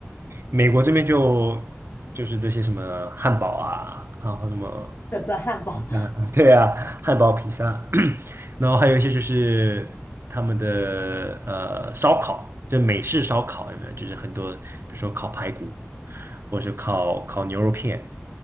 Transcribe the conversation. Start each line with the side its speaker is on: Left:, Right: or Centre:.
Right: 美国这边就就是这些什么汉堡啊，然后什么。
Left: 特色汉堡。
Right: 披萨，
Left: <laughs>
Right: 啊对啊，汉堡、披萨，<clears throat> 然后还有一些就是他们的呃烧烤，就美式烧烤有没有？就是很多，比如说烤排骨，或者是烤烤牛肉片，